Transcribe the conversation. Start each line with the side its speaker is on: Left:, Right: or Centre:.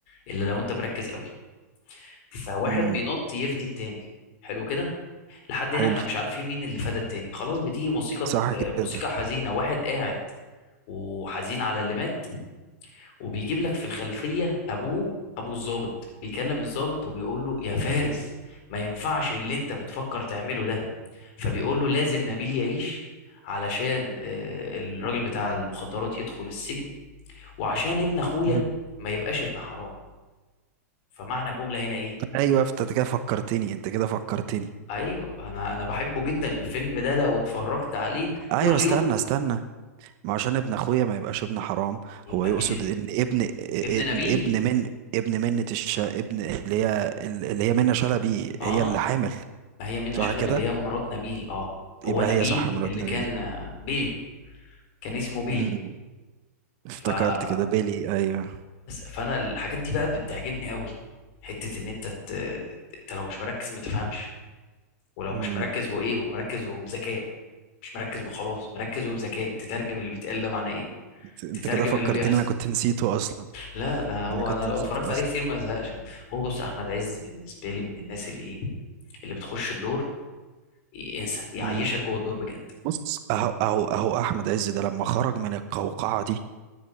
Left: إلا لو أنت مركز قوي فواحد
Right: امم
Left: بينط يفدي التاني حلو كده لحد هنا
Right: حلو
Left: احنا مش عارفين مين اللي فدى التاني خلاص بتيجي موسيقى
Right: صح كده
Left: آه، موسيقى حزينة واحد قاعد وحزين على اللي مات وبيجيب لك في الخلفية ابوه ابو الضابط بيكلم الضابط وبيقول له يا فارس ما ينفعش اللي انت بتفكر تعمله ده فبيقول له لازم نبيل يعيش علشان آه، الراجل بتاع المخدرات يدخل السجن وعشان ابن اخويا
Right: مم.
Left: ما يبقاش ابن حرام فمعنى الجملة هنا ايه
Right: ايوه فت- انت كده فكرتني انت كده فكرتني
Left: ايوه انا انا بحبه جدا الفيلم ده لو اتفرجت عليه
Right: ايوه
Left: كل
Right: استنى
Left: يوم
Right: استنى ما عشان ابن اخويا ما يبقاش ابن حرام
Left: يبقى
Right: هو يقصد
Left: مين ال...
Right: ان ابن ابن
Left: ابن نبيل
Right: ابن من ابن منة الش ابن اللي هي اللي هي منة شلبي
Left: اه
Right: هي اللي حامل
Left: ما هي منة
Right: صح
Left: شلبي
Right: كده
Left: اللي هي مرات نبيل اه هو
Right: يبقى
Left: نبيل
Right: هي صح مرات
Left: اللي
Right: نبي
Left: كان آه، بيلي كان اسمه بيلي
Right: امم افتكرت
Left: فبس
Right: كده بيلي ايوه
Left: فانا الحاجات دي بقى بتعجبني قوي حتة ان انت ت... انت لو مش مركز ما تفهمش ولو
Right: امم
Left: مش مركز وايه ومركز وبذكاء مش مركز وخلاص مركز وبذكاء تترجم اللي بيتقال ده معناه ايه
Right: انت أنت
Left: تترجم
Right: كده فكرتني
Left: اللي بيحصل
Right: انا كنت نسيته اصلا
Left: لا ده هو
Right: انا كنت
Left: انا لو
Right: نسيته
Left: اتفرجت عليه كتير ما ازهقش منه. هو بص احمد عز بالنسبه لي من الناس اللي ايه اللي بتخش الدور ي- انسى يعيشك
Right: اصلا
Left: جوه الدور بجد
Right: بص اهو اهو اهو احمد عز ده لما خرج من القوقعه دي